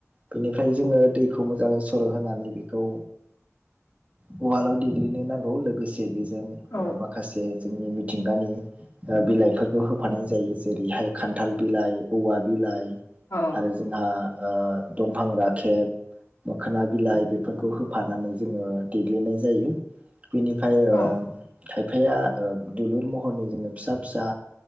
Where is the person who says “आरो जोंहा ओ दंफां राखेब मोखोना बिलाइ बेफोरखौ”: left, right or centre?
Right